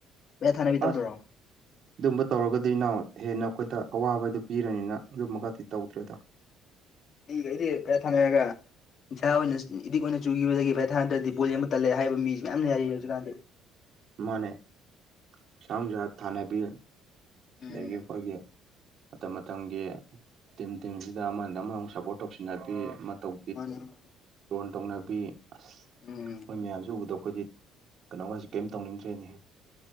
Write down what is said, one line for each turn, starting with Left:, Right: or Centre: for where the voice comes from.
Left: ꯄꯩꯁꯥ ꯊꯥꯅꯕꯤ ꯇꯧꯗ꯭ꯔꯣ
Right: ꯑꯁ ꯑꯗꯨꯝꯕ ꯇꯧꯔꯒꯗꯤ ꯏꯅꯥꯎ ꯍꯦꯟꯅ ꯑꯩꯈꯣꯏꯗ ꯑꯋꯥꯕꯗꯨ ꯄꯤꯔꯅꯤꯅ ꯑꯗꯨꯝꯕ ꯒꯗꯤ ꯇꯧꯗ꯭ꯔꯦꯗ
Left: ꯃꯤꯒꯩꯗꯤ ꯄꯩꯁꯥ ꯊꯅꯔꯥꯒ ꯅꯤꯁꯥ ꯑꯣꯏꯅ ꯏꯗꯤꯛ ꯑꯣꯏꯅ ꯆꯨꯈꯤꯕꯗꯒꯤ ꯚꯠ ꯊꯥꯅꯗ꯭ꯔꯗꯤ ꯕꯣꯜ ꯌꯦꯡꯕ ꯇꯜꯂꯦ ꯍꯥꯏꯕ ꯃꯤꯁꯨ ꯃꯌꯥꯝ ꯂꯦꯌꯦ ꯍꯧꯖꯤꯛꯀꯥꯟꯗꯤ
Right: ꯃꯥꯅꯦ ꯄꯩꯁꯥ ꯅꯨꯡꯁꯥ ꯊꯥꯟꯅꯕꯤ ꯑꯗꯒꯤ
Left: ꯎꯝ
Right: ꯑꯩꯈꯣꯏꯒꯤ ꯃꯇꯝ ꯃꯇꯝꯒꯤ ꯇꯤꯝ ꯇꯤꯝꯁꯤꯗ ꯑꯃꯗ ꯑꯃꯃꯨꯛ ꯁꯞꯄꯣꯔꯠ ꯇꯧꯁꯤꯟꯅꯕꯤ ꯑꯃ ꯇꯧ
Left: ꯃꯥꯅꯦ ꯃꯥꯅꯦ
Right: ꯂꯣꯟ ꯇꯧꯅꯕꯤ ꯑꯁ
Left: ꯎꯝ
Right: ꯃꯣꯏ ꯃꯌꯥꯝꯁꯨ ꯎꯕꯗ ꯑꯩꯈꯣꯏꯗꯤ ꯀꯩꯅꯣꯒꯁꯤ ꯀꯩꯝ ꯇꯧꯅꯤꯡꯗ꯭ꯔꯦꯅꯦ